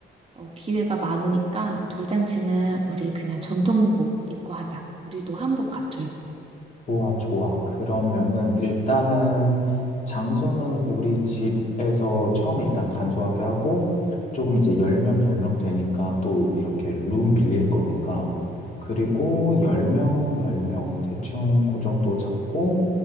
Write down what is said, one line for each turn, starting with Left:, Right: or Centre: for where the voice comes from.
Right: 어, 기회가 많으니까 돌잔치는 우리 그냥 전통복 입고 하자. 우리도 한복 갖춰 입고.
Left: 좋아, 좋아. 그러면은 일단은 장소는 우리 집에서 처음에 일단 간소하게 하고 조금 이제 10명, 10명 되니까 또 이렇게 룸 빌릴 거니까 그리고 10명, 10명 대충 그 정도 잡고